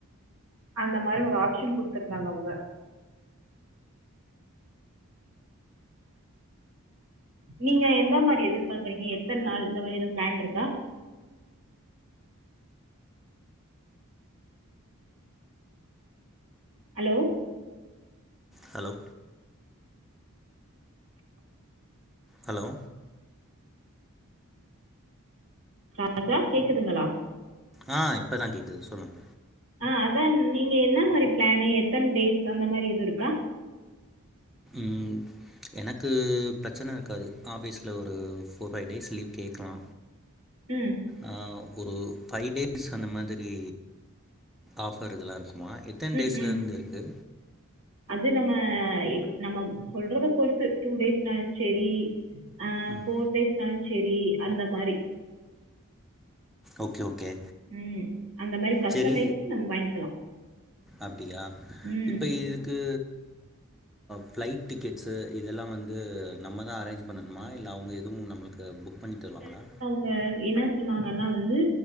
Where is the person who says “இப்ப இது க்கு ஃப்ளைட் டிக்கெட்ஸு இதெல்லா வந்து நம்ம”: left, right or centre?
Centre